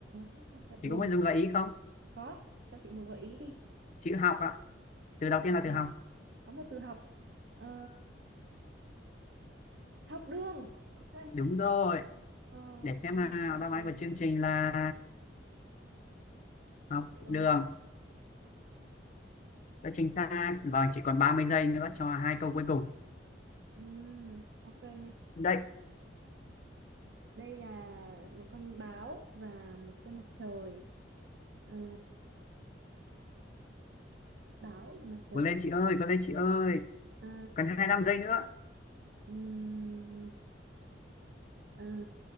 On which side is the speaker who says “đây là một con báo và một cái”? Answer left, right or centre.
Right